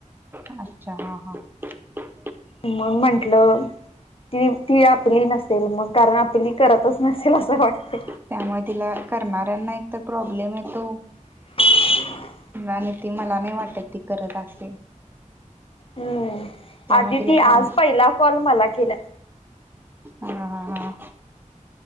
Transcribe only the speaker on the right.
अच्छा हा हा <inaudible>
त्यामुळे तिला करणाऱ्यांना एक तर प्रॉब्लेम येतो
आणि ती मला नाही वाटत ती करत असेल?
त्यामुळे
तिला प्रॉब
हा हा हा